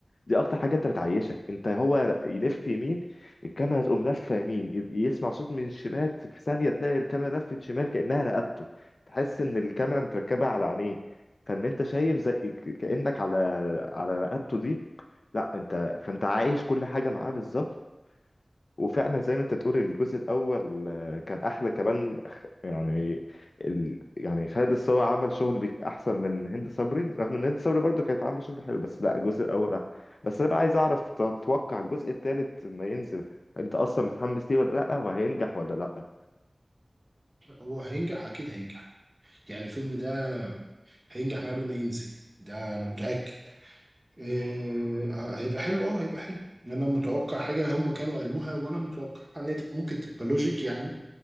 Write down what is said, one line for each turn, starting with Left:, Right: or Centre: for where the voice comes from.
Left: دي اكتر حاجه انت بتعيشك انت هو يلف يمين الكاميرا تقوم لفه يمين ي- يسمع صوت من الشمال في ثانيه تلاقي الكاميرا لفت شمال كانها رقبته تحس ان الكاميرا متركبه على عينيه فان انت شايف زي ك- كانك على على رقبته دي لا انت فانت عايش كل حاجه معاه بالظبط وفعلا زي ما انت بتقول الجزء الاول آه، كان احلى كمان خ- يعني ال... يعني خالد الصاوي عمل شغل بيك- احسن من هند صبري رغم ان هند صبري برضو كانت عامله شغل حلو بس لا الجزء الاول احلى بس انا بقى عايز اعرف تتوقع الجزء الثالث لما ينزل انت اصلا متحمس ليه ولا لا وهينجح ولا لا
Right: هو هينجح اكيد هينجح يعني الفيلم ده هينجح من قبل ما ينزل ده انا متاكد إيه هيبقى حلو اه هيبقى حلو ان انا متوقع حاجه هم كانوا قالوها وانا متوقع ان هي تبقى- ممكن تبقى لوجيك يعني